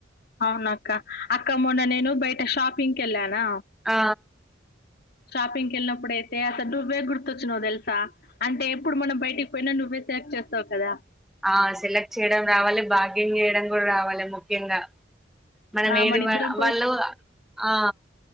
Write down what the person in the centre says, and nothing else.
ఆ
ఆ సెలెక్ట్ చేయడం రావాలి బార్గీంగ్ చేయడం కూడా రావాలి ముఖ్యంగా మనం
ఏది
వ వాళ్ళు ఆ